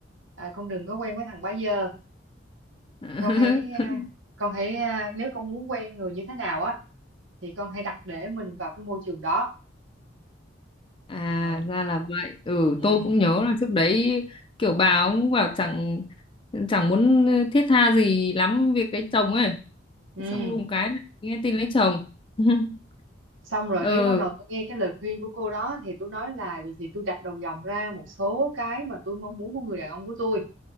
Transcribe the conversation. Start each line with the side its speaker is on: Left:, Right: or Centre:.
Right: à, con đừng có quen với thằng bá dơ
Left: <laughs>
Right: con hãy à, con hãy à, nếu con muốn quen người như thế nào á thì con hãy đặt để mình vào cái môi trường đó
Left: À
Right: Ờ.
Left: ra là vậy. Ừ
Right: ừ
Left: tôi cũng nhớ là trước đấy kiểu bà cũng bảo chẳng chẳng muốn thiết tha gì lắm việc lấy chồng ấy.
Right: ừ
Left: Xong đùng cái này nghe tin lấy chồng. <laughs>
Right: xong rồi
Left: Ừ.
Right: cái bắt đầu tôi nghe cái lời khuyên của cô đó thì tôi nói là vậy thì tôi gạch đầu dòng ra một số cái mà tôi mong muốn của người đàn ông của tôi